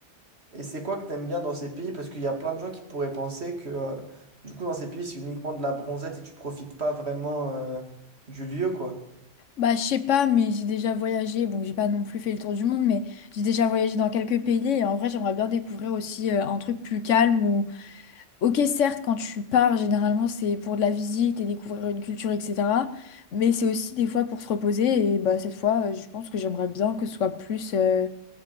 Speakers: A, on the right; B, on the left.
A: Et c'est quoi que t'aimes bien dans ces pays? Parce qu'il y a plein de gens qui pourraient penser que, euh, du coup, dans ces pays, c'est uniquement de la bronzette et tu profites pas vraiment, euh, du lieu, quoi.
B: Bah, je sais pas, mais j'ai déjà voyagé. Bon, j'ai pas non plus fait le tour du monde, mais j'ai déjà voyagé dans quelques pays et en vrai, j'aimerais bien découvrir aussi euh, un truc plus calme Ok, certes, quand tu pars, généralement, c'est pour de la visite et découvrir une culture, etc. Mais c'est aussi des fois pour se reposer. Et bah, cette fois, euh, je pense que j'aimerais bien que ce soit plus, euh,